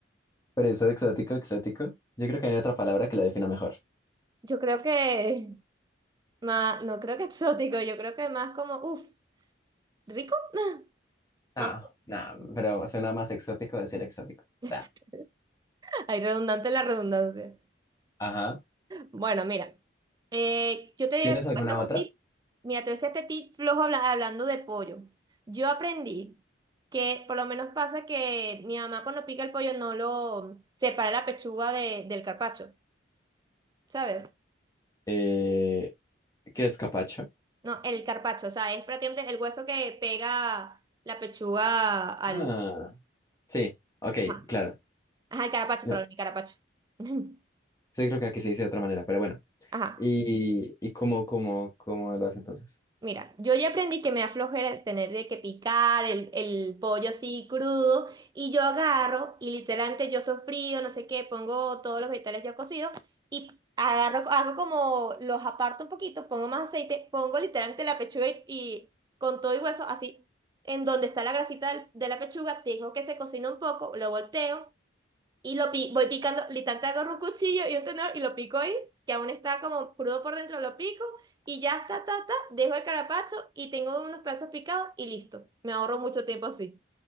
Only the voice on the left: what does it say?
por eso exótico, exótico. Yo creo que hay otra palabra que lo defina mejor.
ah
no, pero suena más exótico decir exótico.
Ah,
Ajá.
¿Tienes
alguna
otra?
Eh, ¿qué es capacho?
Ah, sí, ok,
claro.
No,
sí creo que aquí se dice de otra manera, pero bueno.
¿Y, y cómo, cómo, cómo lo hace entonces?